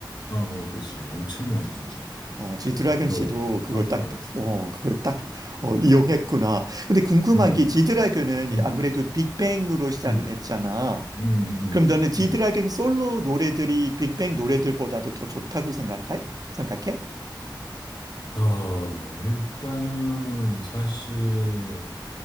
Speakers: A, on the left (about 65°); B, on the right (about 50°).
A: 어, 어, 그렇지. 엄청나지, 진짜.
B: 어, 지드래곤
A: 나도
B: 씨도 그걸
A: 깜짝
B: 딱,
A: 놀랐어.
B: 어, 그걸 딱, 어,
A: 음,
B: 이용했구나. 근데 궁금한
A: 음,
B: 게 지드래곤은
A: 음,
B: 아무래도 빅뱅으로 시작을
A: 음,
B: 했잖아.
A: 음, 음,
B: 그럼 너는 지드래곤
A: 음.
B: 솔로 노래들이 빅뱅 노래들보다도 더 좋다고 생각해? 생각해?
A: 어, 일단은 사실